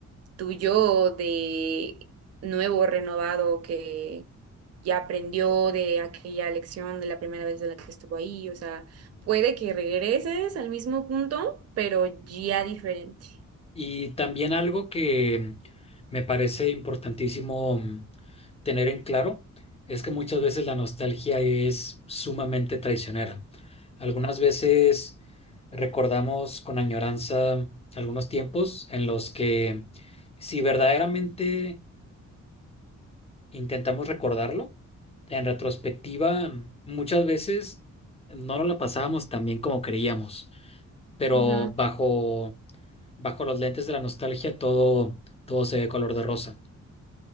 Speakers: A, on the right (about 55°); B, on the left (about 20°).
A: tuyo de nuevo, renovado, que ya aprendió de aquella lección de la primera vez de la que estuvo ahí. O sea, puede que regreses al mismo punto, pero ya diferente.
B: Y también algo que me parece importantísimo mm, tener en claro es que muchas veces la nostalgia es sumamente traicionera. Algunas veces recordamos con añoranza algunos tiempos en los que si verdaderamente intentamos recordarlo, en retrospectiva muchas veces no nos la pasábamos tan bien como creíamos pero
A: Ujú.
B: bajo, bajo los lentes de la nostalgia todo, todo se ve color de rosa.